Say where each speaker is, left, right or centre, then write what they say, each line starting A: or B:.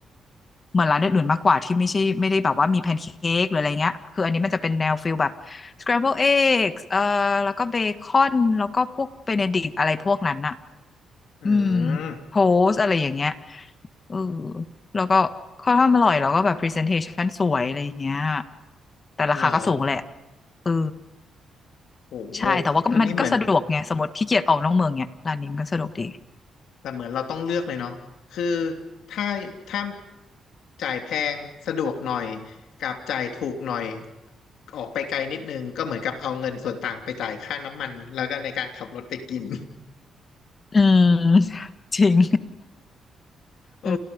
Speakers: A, on the left; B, on the left.
A: เหมือนร้านอื่นๆมากกว่าที่ไม่ใช่ไม่ได้แบบว่ามีแพนเค้กหรืออะไรเงี้ยคืออันนี้มันจะเป็นแนวฟิลแบบ scramble eggs เอ่อแล้วก็เบคอนแล้วก็พวกเบเนดิกต์อะไรพวกนั้นอะ
B: อื
A: อืม
B: ม
A: โพสอะไรอย่างเงี้ยเออแล้วก็ข้อนข้างอร่อยแล้วก็แบบพรีเซนเทชันสวยอะไรอย่างเงี้ยแต่ราคาก็สูงแหละ
B: เหรอ
A: เออ
B: โห
A: ใช่แต่ว่าก็มันก็สะดวกไงสมมติขี้เกียจออกนอกเมืองเนี่ยร้านนี้มันก็สะดวกดี
B: อันนี้เหมือน แต่เหมือนเราต้องเลือกเลยเนาะคือถ้าถ้าจ่ายแพงสะดวกหน่อยกับจ่ายถูกหน่อยออกไปไกลนิดนึงก็เหมือนกับเอาเงินส่วนต่างไปจ่ายค่าน้ำมันแล้วก็ในการขับรถไปกิน
A: อืม <laughs> จริง
B: <laughs>
A: <laughs>
B: เออ
A: เออ